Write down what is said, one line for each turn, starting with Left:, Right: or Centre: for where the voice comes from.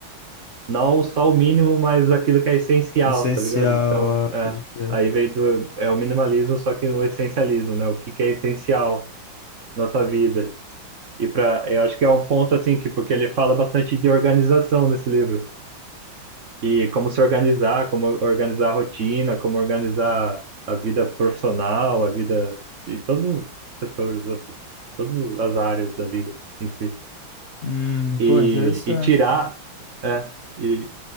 Right: não só o mínimo, mas aquilo que é essencial,
Left: Essencial,
Right: tá ligado? Então,
Left: é,
Right: é,
Left: pode crer.
Right: aí veio do, é o minimalismo, só que no essencialismo, né? O que que é essencial na sua vida. E para, eu acho que é um ponto assim que porque ele fala bastante de organização nesse livro. E como se organizar, como organizar a rotina, como organizar a vida profissional, a vida em todos os setores, assim, todas as áreas da vida em si.
Left: Hum,
Right: e,
Left: pô, interessante,
Right: e tirar,
Left: cara.
Right: é, e,